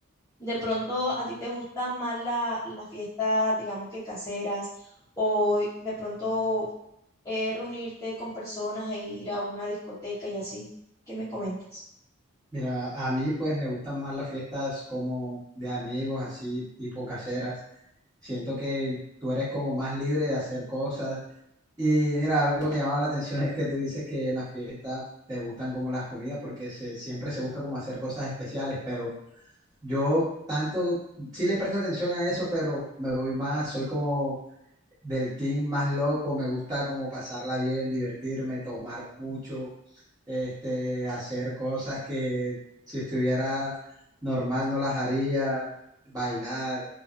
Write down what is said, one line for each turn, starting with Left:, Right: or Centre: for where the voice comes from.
Left: ¿De pronto a ti te gustan más la- las fiestas, digamos que caseras, o de pronto eh, reunirte con personas e ir a una discoteca y así. ¿Qué me comentas?
Right: Mira, a mí pues me gustan más las fiestas como de amigos, así tipo caseras. Siento que tú eres como más libre de hacer cosas. Y mira, algo que llamaba la atención es que tú dices que en las fiestas te gustan como las comidas porque se, siempre se busca como hacer cosas especiales, pero yo tanto sí le presto atención a eso, pero me voy más, soy como del team más loco, me gusta como pasarla bien, divertirme, tomar mucho este, hacer cosas que si estuviera normal no las haría, bailar,